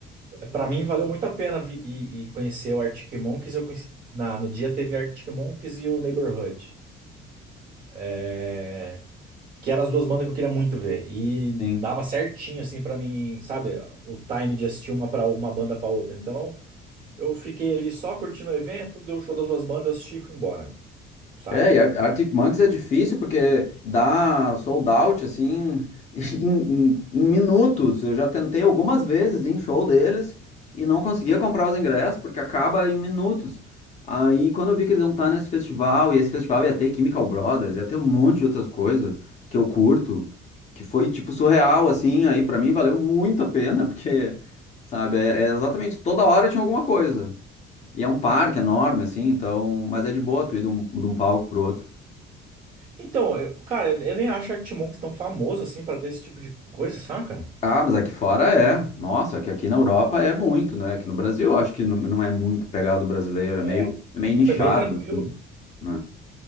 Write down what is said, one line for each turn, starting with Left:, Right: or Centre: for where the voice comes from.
Right: Pra mim valeu muito a pena vi, e, e conhecer o Arctic Monkeys. Eu conheci, na, no dia teve Arctic Monkeys e o Neighborhood. É, que eram as duas bandas que eu queria muito ver. E
Left: sim.
Right: dava certinho, assim, pra mim, sabe? O time de assistir uma, pra, uma banda pra outra. Então. Eu fiquei ali só curtindo o evento, deu o show das duas bandas, eu assisti e fui embora, saca?
Left: É, e Ar- Arctic Monkeys é difícil porque dá sold out assim <laughs> em, em- em minutos. Eu já tentei algumas vezes ir em show deles e não conseguia comprar os ingressos porque acaba em minutos. Aí quando eu vi que eles iam estar nesse festival e esse festival ia ter Chemical Brothers, ia ter um monte de outras coisas que eu curto, que foi tipo surreal assim. Aí pra mim valeu muito a pena <laughs> porque, sabe, é, é exatamente toda hora tinha alguma coisa. E é um parque enorme, assim, então. Mas é de boa tu ir de um, de um palco pro outro.
Right: Então, eu- cara, eu nem acho Arctic tão famoso assim pra ter esse tipo de coisa, saca?
Left: Ah, mas aqui fora é. Nossa, é que aqui na Europa é muito, né? Aqui no Brasil, eu acho que não, não é muito pegado brasileiro, é meio,
Right: É,
Left: é meio
Right: aqui
Left: nichado,
Right: foi bem tranquilo.
Left: assim, né?